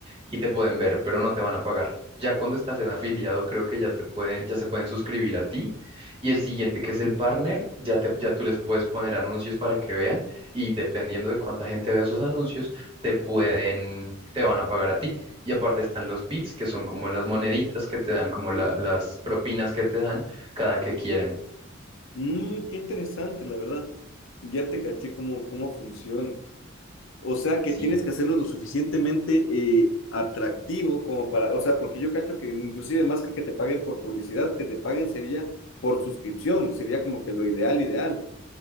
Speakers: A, on the right; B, on the left.
A: y te pueden ver, pero no te van a pagar. Ya cuando estás en afiliado, creo que ya te pueden, ya se pueden suscribir a ti y el siguiente, que es el partner, ya, te- ya tú les puedes poner anuncios para que vean y dependiendo de cuánta gente vea sus anuncios, te pueden, te van a pagar a ti. Y aparte están los bits, que son como las moneditas que te dan, como
B: ya.
A: la- las propinas que te dan cada que quieren.
B: Mm, qué interesante, la verdad. Ya te caché cómo, cómo funciona. O sea, que
A: Sí.
B: tienes que hacerlo lo suficientemente eh, atractivo como para, o sea, porque yo cacho que inclusive más que que te paguen por publicidad, que te paguen sería por suscripción, sería como que lo ideal, ideal.